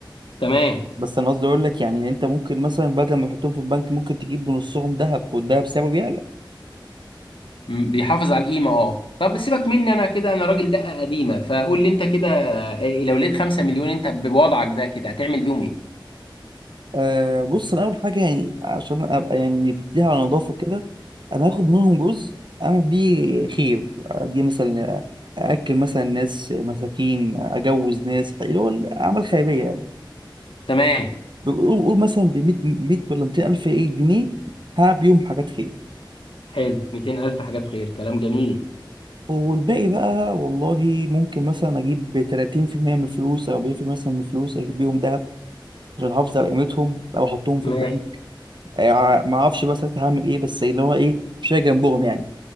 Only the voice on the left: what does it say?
تمام
م- بيحافظ على القيمه اه طب سيبك مني انا كده انا راجل دقه قديمه فقول لي انت كده إيه، لو لقيت 5 مليون انت بوضعك ده كده هتعمل بيهم ايه
تمام
حلو 200 الف حاجات خير كلام جميل
ماشي